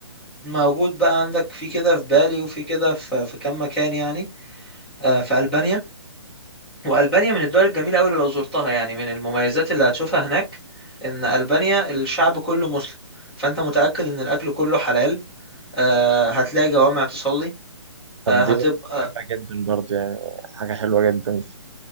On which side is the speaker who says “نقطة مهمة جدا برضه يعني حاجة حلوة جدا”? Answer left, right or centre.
Right